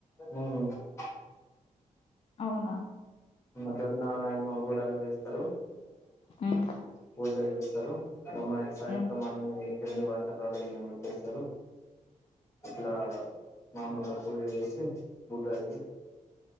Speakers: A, on the left; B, on the left.
A: ఉమ్
B: అవున
A: మదన్న ఏమో గూడలు చేస్తారు
B: ఉమ్,
A: పూజ చేస్తారు రమా సాైంత
B: ఉమ్,
A: మ కింది వంటకాలు ఏ మేమో చేస్తారు ఇట్లా మామూలుగా పూజ చేసి ఉగాది